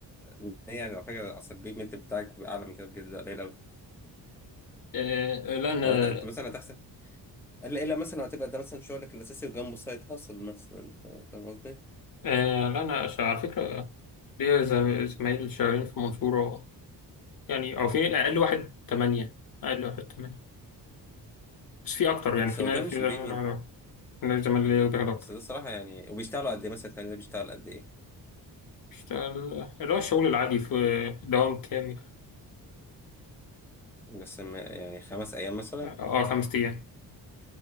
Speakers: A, in the centre; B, on the left.
A: إن هي يعني على فكرة اصل البيمنت بتاعك بيبقى اعلى من كده بجد ده قليل قوي
B: آه، لا أنا
A: ولا ده انت مثلا هتحسن الا الا مثلا هتبقى ده مثلا شغلك الاساسي وجنبه سايد هاسل مثلا انت فاهم قصدي
B: آه، لا أنا ش- على فكرة ليا زم- زمايل شغالين في المنصورة يعني أو في أقل واحد تمانية أقل واحد تمانية بس في أكتر يعني
A: بس
B: في
A: هو
B: ناس
A: ده مش
B: في زمايل
A: بيمين
B: أنا- أنا زمايل ليا بياخدوا أكتر
A: بس ده الصراحه يعني وبيشتغلوا قد ايه مثلا التاني ده بيشتغل قد ايه
B: اشتغل اللي هو الشغل العادي في دوام كامل
A: بس ما يعني خمس ايام مثلا
B: اه آه، خمس أيام